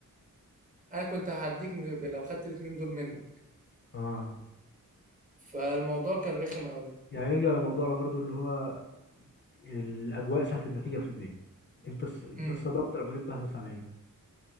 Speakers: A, on the right; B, on the left.
A: انا كنت هعديك من- لو خدت الاثنين دول منك
B: اه
A: فالموضوع كان رخم قوي
B: يعني نرجع لموضوعنا برضو اللي هو الاجواء ساعه النتيجه في البيت انت الص- انت
A: امم
B: اتصدمت لما جبت 71